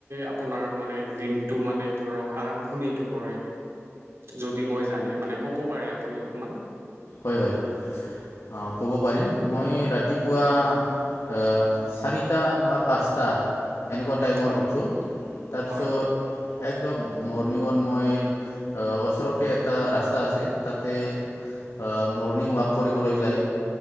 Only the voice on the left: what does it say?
হয় হয়, অ' ক'ব পাৰিম, মই ৰাতিপুৱা অ' চাৰিটা বা পাঁচটা এনেকুৱা টাইমত
উঠোঁ, তাৰপিছত
একদম মৰ্ণিংত মই অ' ওচৰতে এটা ৰাস্তা আছে তাতে অ' মৰ্ণিং ৱাক কৰিবলৈ যায়,